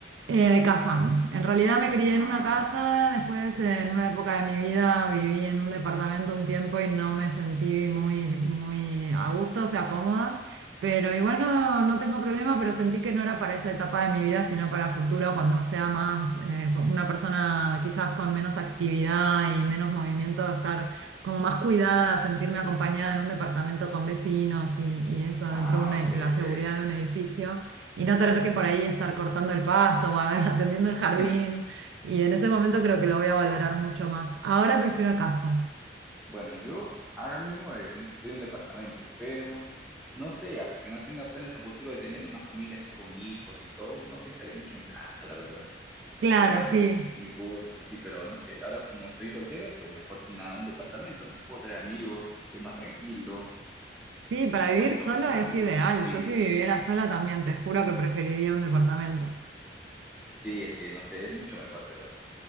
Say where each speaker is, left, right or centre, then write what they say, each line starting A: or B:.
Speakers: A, on the right; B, in the centre.
A: Eh, de casa. En realidad me crié
B: Ah,
A: en una casa,
B: ok,
A: después en una época de mi vida viví en un departamento un tiempo y no me sentí muy, muy a gusto, o sea, cómoda, pero igual no, no tengo problema, pero sentí que no era para esa etapa de mi vida, sino para futuro, cuando sea más eh, una persona quizás con menos actividad y menos movimiento, estar como más cuidada, sentirme acompañada en un departamento con vecinos y, y eso
B: ah,
A: dentro de una-
B: ok,
A: la seguridad
B: ok.
A: de un edificio y no tener que por ahí estar cortando el pasto o a- <laughs> atendiendo el
B: <clears throat>
A: jardín.
B: Hmm.
A: Y en ese momento creo que lo voy a valorar mucho más. Ahora prefiero casa.
B: Bueno, yo ahora mismo eh, un- estoy en un departamento, pero no sé, hasta que no tenga planes a futuro de tener una familia así con hijos y todo, no pensaría mucho en casa, la verdad.
A: Claro,
B: Claro, son
A: sí.
B: mis, mis gustos, así, pero no sé, ahora como estoy soltero, pues mejor que una, un departamento, ¿no? Puedo traer amigos, es más tranquilo.
A: Sí, para vivir
B: Bueno, en
A: solo
B: lo personal
A: es
B: me gusta.
A: ideal.
B: Sí,
A: Yo si viviera
B: sí,
A: sola también, te juro que preferiría un departamento.
B: sí, es que no sé, es mucho mejor, pero